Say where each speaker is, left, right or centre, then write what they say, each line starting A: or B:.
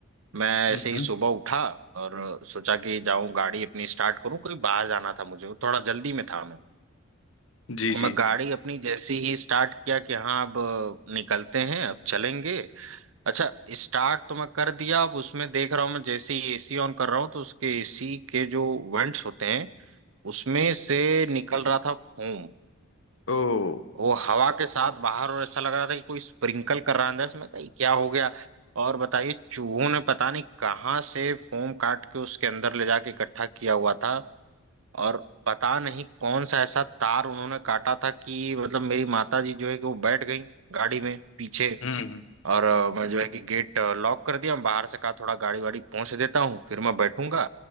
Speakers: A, on the right; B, on the left.
A: मैं
B: हम्म
A: ऐसे ही
B: हम्म।
A: सुबह उठा और सोचा कि जाऊं गाड़ी अपनी स्टार्ट करूं कहीं बाहर जाना था मुझे थोड़ा जल्दी में था मैं
B: जी जी
A: मैं गाड़ी अपनी जैसे ही स्टार्ट किया कि हाँ अब अ, निकलते हैं अब चलेंगे अच्छा स्टार्ट तो मैं कर दिया अब उसमें देख रहा हूँ मैं जैसे ही एसी ऑन कर रहा हूँ तो उसके एसी के जो वेंट्स होते हैं उसमें से निकल रहा था फोम
B: ओ
A: वो हवा के साथ बाहर और ऐसा लग रहा था कि कोई स्प्रिंकल कर रहा है अंदर से मैं कही क्या हो गया और बताइए चूहों ने पता नहीं कहाँ से फोम काट के उसके अंदर ले जाके इकट्ठा किया हुआ था और पता नहीं कौन सा ऐसा तार उन्होंने काटा था कि मतलब मेरी माता जी जो है कि वो बैठ गई गाड़ी में पीछे
B: हम्म
A: और अ, मैं जो है कि गेट लॉक कर दिया बाहर से कहा थोड़ा गाड़ी वाड़ी पहुंच देता हूँ फिर मैं बैठूंगा